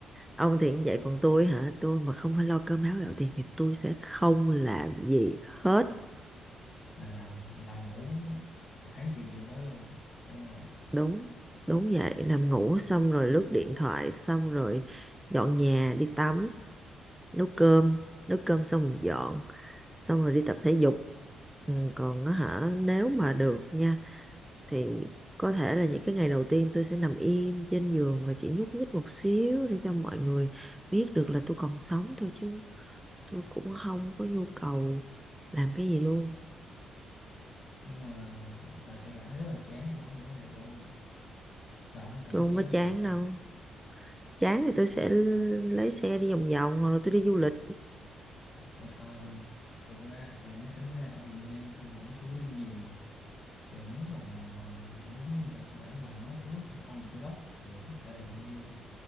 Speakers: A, in the centre; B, on the left.
A: ông thì cũng vậy còn tôi hả tôi mà không phải lo cơm áo gạo tiền thì tôi sẽ không làm gì hết
B: nên nằm nằm ngủ từ sáng chiều chiều tối luôn đúng không
A: đúng đúng vậy nằm ngủ xong rồi lướt điện thoại xong rồi dọn nhà đi tắm nấu cơm nấu cơm xong rồi dọn xong rồi đi tập thể dục ừ, còn á hả nếu mà được nha thì có thể là những cái ngày đầu tiên tôi sẽ nằm im trên giường và chỉ nhúc nhích một xíu để cho mọi người biết được là tôi còn sống thôi chứ tôi cũng không có nhu cầu làm cái gì luôn
B: nhưng mà bà sẽ cảm thấy rất là chán luôn á tôi nói thiệt luôn bà không thấy cảm
A: tôi
B: thấy
A: không
B: chán
A: có
B: luôn
A: chán
B: không
A: đâu chán thì tôi sẽ lấy xe đi vòng vòng hoặc là tôi đi du lịch
B: để coi thì ra thì nó tính ra ở Việt Nam tôi vẫn chưa có đi nhiều thì nếu mà đúng như kịch bản bà nói chúng hai con diệt lót thì có thể là đi